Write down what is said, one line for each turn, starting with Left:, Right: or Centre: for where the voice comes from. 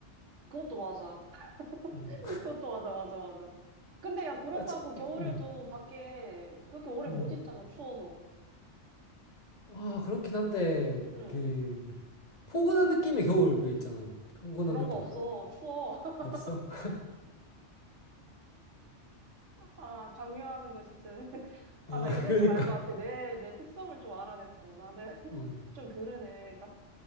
Right: 그것도 맞아. <laughs>
Left: 음.
Right: 그것도 맞아, 맞아, 맞아. 근데 야, 그렇다고
Left: 야, 차,
Right: 겨울에도
Left: 음,
Right: 밖에 그렇게 오래
Left: 음.
Right: 못 있잖아, 추워서.
Left: 아, 그렇긴 한데,
Right: 응.
Left: 그, 포근한 느낌의 겨울 왜 있잖아. 포근한
Right: 그런
Left: 느낌
Right: 거 없어.
Left: 알아?
Right: 추워. <laughs>
Left: 없어? <laughs>
Right: 아, 강요하는 거 진짜. <laughs>
Left: 아,
Right: 아, 나 이제
Left: 그러니까.
Right: 좀 알 것 같아. 내, 내 특성을 좀 알아냈어. 나는 <laughs>
Left: 어,
Right: 좀 그러네.